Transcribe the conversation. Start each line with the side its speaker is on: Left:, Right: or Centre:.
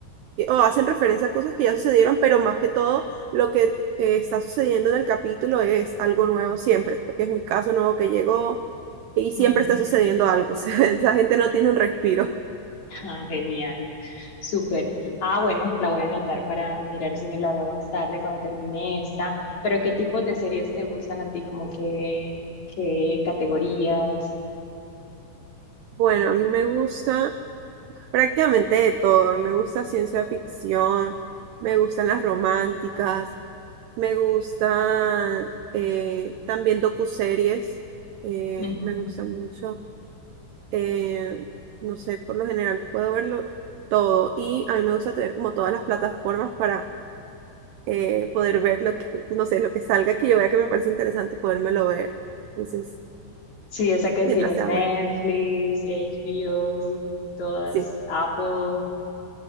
Right: que- o hacen referencia a cosas que ya sucedieron, pero más que todo lo que eh, está sucediendo en el capítulo es algo nuevo siempre, porque es un caso nuevo que llegó y siempre
Left: Ujú.
Right: está sucediendo algo. <laughs> O sea, esa gente no tiene un respiro.
Left: <laughs> Ah, genial, súper. Ah, bueno, la voy a anotar para mirar si me la veo más tarde cuando termine esta. Pero ¿qué tipos de series te gustan a ti? ¿Como qué, qué categorías?
Right: Bueno, a mí me gusta prácticamente de todo. Me gusta ciencia ficción, me gustan las románticas. Me gustan eh, también docuseries, eh,
Left: Ujú.
Right: me gustan mucho. Eh, no sé, por lo general puedo verlo todo y a mí me gusta tener como todas las plataformas para eh, poder ver lo que, no sé, lo que salga que yo vea que me parece interesante, podérmelo ver. Entonces,
Left: Sí, o sea que
Right: mientras
Left: si tienes
Right: sea
Left: Netflix,
Right: bueno,
Left: HBO, todas,
Right: sí.
Left: Apple.